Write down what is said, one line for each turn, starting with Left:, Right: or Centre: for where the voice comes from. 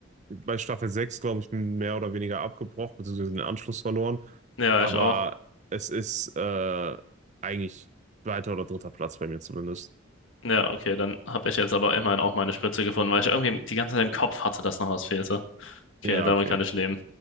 Right: bei Staffel 6 glaube ich, mehr oder weniger abgebrochen, beziehungsweise den Anschluss verloren.
Left: ja,
Right: Aber
Left: ich auch.
Right: es ist äh, eigentlich zweiter oder dritter Platz bei mir zumindest.
Left: Ja, okay, dann habe ich jetzt aber immerhin auch meine Spitze gefunden, weil ich irgendwie die ganze Zeit im Kopf hatte, dass noch was fehlte.
Right: Ja,
Left: Okay, damit
Right: okay.
Left: kann ich leben.